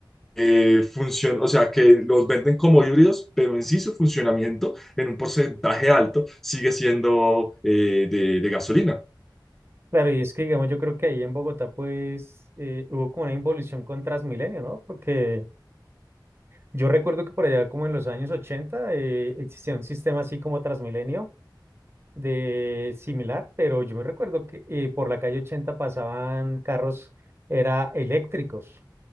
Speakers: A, in the centre; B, on the right (about 30°).
A: eh, funcion- o sea, que los venden como híbridos, pero en sí su funcionamiento en un porcentaje alto sigue siendo eh, de, de gasolina.
B: Claro, y es que digamos, yo creo que ahí en Bogotá pues eh, hubo como una involución con Transmilenio, ¿no? Porque yo recuerdo que por allá como en los años 80 eh, existía un sistema así como Transmilenio de similar, pero yo me recuerdo que eh, por la calle 80 pasaban carros, era eléctricos.